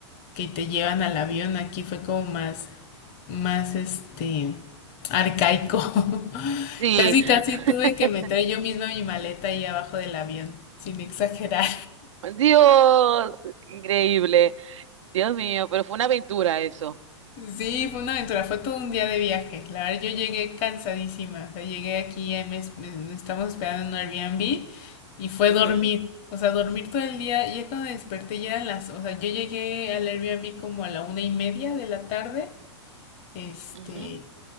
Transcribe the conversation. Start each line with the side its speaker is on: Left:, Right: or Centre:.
Left: que te llevan al avión, aquí fue como más, más este, arcaico. <laughs>
Right: Sí.
Left: Casi, casi
Right: <laughs>
Left: tuve que meter yo misma mi maleta ahí abajo del avión, sin exagerar.
Right: Dios, increíble. Dios mío, pero fue una aventura eso.
Left: Sí, fue una aventura, fue todo un día de viaje. La verdad, yo llegué cansadísima. O sea, llegué aquí, eh, me, me- estamos esperando en un Airbnb y fue
Right: Ujú,
Left: dormir. O sea, dormir todo el día. Ya cuando desperté ya eran las... O sea, yo llegué al Airbnb como a la una y media de la tarde. Este...
Right: ujú.